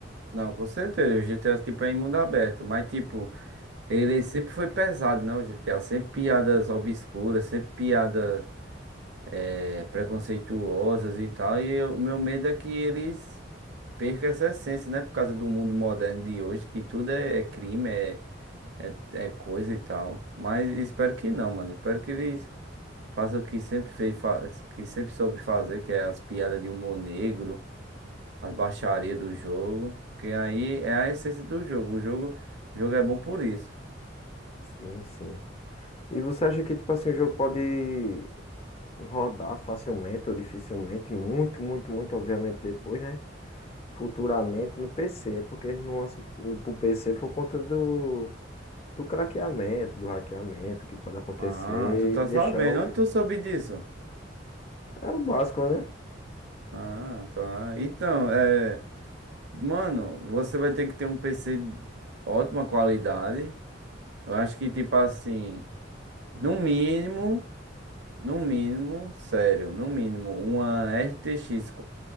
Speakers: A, on the right; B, on the left.
A: Não, com certeza. O GTA tipo é em mundo aberto. Mas tipo. Ele sempre foi pesado, né? O GTA, sempre piadas obscuras, sempre piadas eh, preconceituosas e tal. E eu- o meu medo é que eles percam essa essência, né? Por causa do mundo moderno de hoje, que tudo é, é crime, é, é, é coisa e tal. Mas espero que não, mano. Espero que eles façam o que sempre fez, fa- que sempre soube fazer, que é as piadas de humor negro, as baixarias do jogo. Que aí é a essência do jogo. O jogo, o jogo é bom por isso.
B: Sim, sim. E você acha que, tipo assim, o jogo pode rodar facilmente ou dificilmente? Muito, muito, muito, obviamente, depois, né? Futuramente no PC. É porque eles não lançam pro PC por conta do, do craqueamento, do hackeamento que pode acontecer
A: Ah, tu tá
B: e deixar
A: sabendo.
B: o.
A: Onde tu soube disso?
B: É o básico, né?
A: Ah, tá. Então, é. Mano, você vai ter que ter um PC de ótima qualidade. Eu acho que, tipo assim, no mínimo, no mínimo, sério, no mínimo, uma RTX